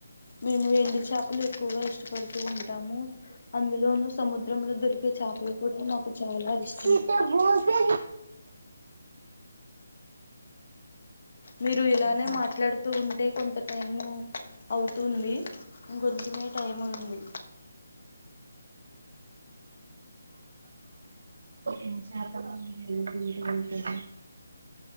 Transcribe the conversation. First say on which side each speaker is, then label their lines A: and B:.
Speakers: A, on the left; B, on the right.
A: మేము ఎండు చెప లు ఎక్కువగా ఇష్టపడుతూ ఉంటాము అందులోనూ సముద్రంలో దొరికే చేపలు కూడా నాకు చాలా ఇష్ట
B: తే భూతే
A: మీరు ఇలానే
B: చాలా
A: మాట్లాడుతూ ఉంటే కొంత టైం అవుతుంది ఇంకొంచమే టైం ఉంది
B: ఇష్టం నాకు చాలా ఇష్టం ఏ చేపలు మీరు తింటూ ఉంటారు